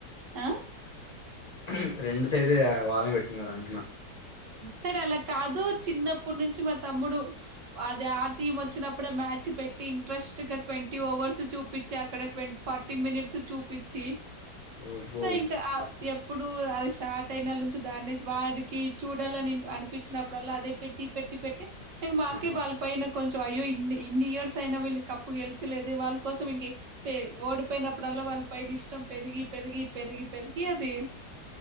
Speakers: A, on the right; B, on the left.
A: అ
B: ఉహ్మ్ రెండు సైడ్ ఆ వాళ్ళని పెట్టిన్నారు అంటున్నా
A: సర్ అలా కాదు చిన్నప్పటి నుంచి మా తమ్ముడు అది ఆ టీం వచ్చినప్పుడే మ్యాచ్ పెట్ ఇంట్రెస్ట్ గా ట్వంటీ ఓవర్స్ చూపించి అక్కడ ట్వంటీ ఫార్టీ మినిట్స్ చూపించి
B: అబ్బో
A: సో ఇంకా ఆ ఎప్పుడు అది స్టార్ట్ పోయినెల నుంచి దాన్ని వాడికి చూడాలని అనిపించినప్పుడల్లా అదే పెట్టి పెట్టి పెట్టి ఇగ మాక్కే
B: ఆహా
A: వాల్ పైన కొంచెం అయ్యో ఇన్ని ఇన్ని ఇయర్స్ అయినా వీళ్ళు కప్పు గెలిచలేదె వాళ్ళ కోసం ఇంగె ఫె ఓడిపోయినప్పుడుల్ల ఇంగ వాళ్ళ పైన ఇష్టం పెరిగి పెరిగి పెరిగి పెరిగి అది